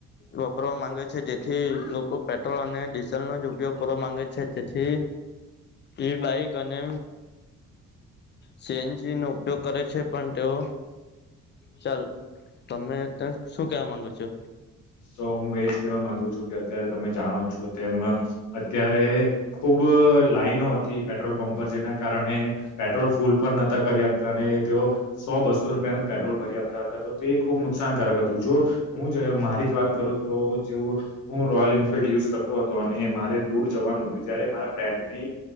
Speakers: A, on the left; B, on the left.
A: વાપરવા માંગે છે જેથી લોકો પેટ પેટ્રોલ અને ડીઝલનો જ ઉપયોગ કરવા માંગે છે તેથી એઈ બાઈક અને સીએનજી નો ઉપયોગ કરે છે તો ચાલ તમે ત શું કેવા માંગો છો
B: તો હું એજ કહેવા માંગુ છું કે અત્યારે તમે જાણો છો તેમ અત્યારે ખૂબ લાઈનો હતી પેટ્રોલ પંપ પર જેના કારણે પેટ્રોલ ફૂલ પણ નતા આપતા અને તેઓ સો બસો રૂપિયા ન પેટ્રોલ ભરી આપતા હતા તો ખબ નુકસાનકારક હતું જો હું મારી વાત કરું તો જેવું હું રોયલ એફિલ્ડ યુજ જતો હતો અને મારે દૂર જવાનું હત જયારે મારા ફ્રેન્ડ ની